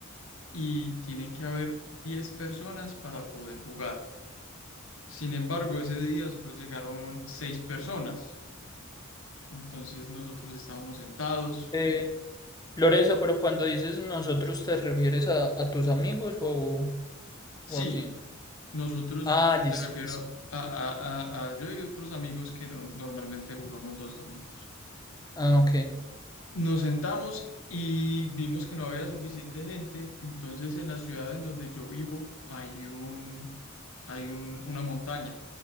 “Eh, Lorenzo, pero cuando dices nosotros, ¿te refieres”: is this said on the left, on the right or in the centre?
Left